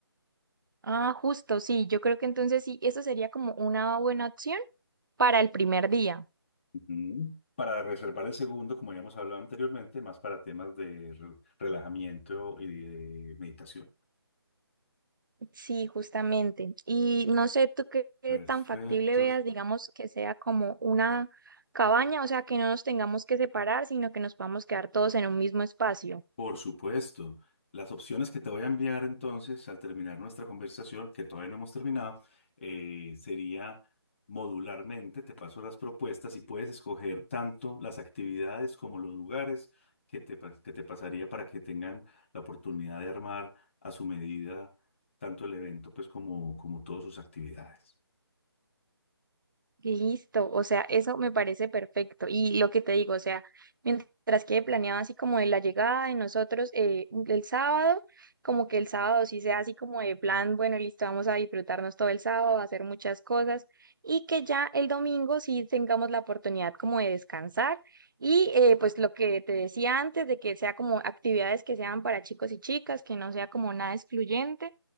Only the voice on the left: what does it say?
Ujú. Para reservar el segundo, como ya hemos hablado anteriormente, más para temas de re- relajamiento y de meditación.
Perfecto.
Por supuesto. Las opciones que te voy a enviar entonces al terminar nuestra conversación, que todavía no hemos terminado, eh, sería modularmente, te paso las propuestas y puedes escoger tanto las actividades como los lugares que te, pas- que te pasaría para que tengan la oportunidad de armar a su medida tanto el evento pues como, como todas sus actividades.